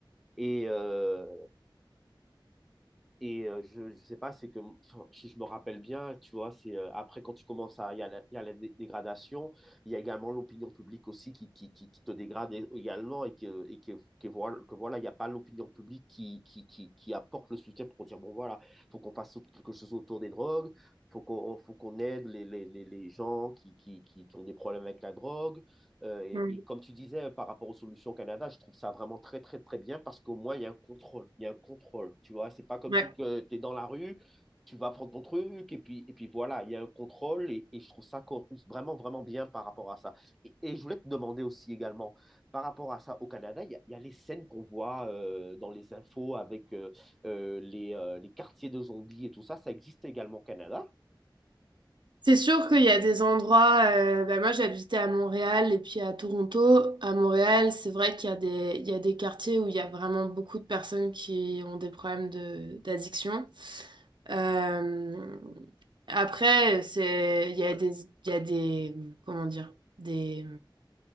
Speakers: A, in the centre; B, on the right.
A: Et Euh, Et euh, je ne sais pas, c'est que enfin, si je me rappelle bien, tu vois, c'est euh, après quand tu commences à, il y a la, il y a la dé- dégradation, il y a également l'opinion publique aussi qui, qui, qui, qui te dégrade é- également et que, et que, que voilà, que voilà, il n'y a pas l'opinion publique qui, qui, qui, qui apporte le soutien pour dire, bon voilà, faut qu'on fasse autre- quelque chose autour des drogues, faut qu'on, faut qu'on aide les, les, les, les gens qui, qui, qui, qui ont des problèmes avec la drogue, euh, et,
B: Mm.
A: et, comme tu disais euh, par rapport aux solutions au Canada, je trouve ça vraiment très très très bien parce qu'au moins il y a un contrôle, il y a un contrôle. Tu vois, c'est pas comme
B: Ouais.
A: si tu es dans la rue, tu vas prendre ton truc et puis et puis voilà, il y a un contrôle et, et je trouve ça co- vraiment vraiment bien par rapport à ça. Et, et, je voulais te demander aussi également par rapport à ça au Canada, il y a, il y a les scènes qu'on voit euh, dans les infos avec euh, euh, les, euh, les quartiers de zombies et tout ça, ça existe également au Canada.
B: C'est sûr qu'il y a des endroits, euh, bah, moi j'habitais à Montréal et puis à Toronto. À Montréal, c'est vrai qu'il y a des, il y a des quartiers où il y a vraiment beaucoup de personnes qui ont des problèmes de, d'addiction. Euh, après, c'est, il y a des, il y a des, comment dire, des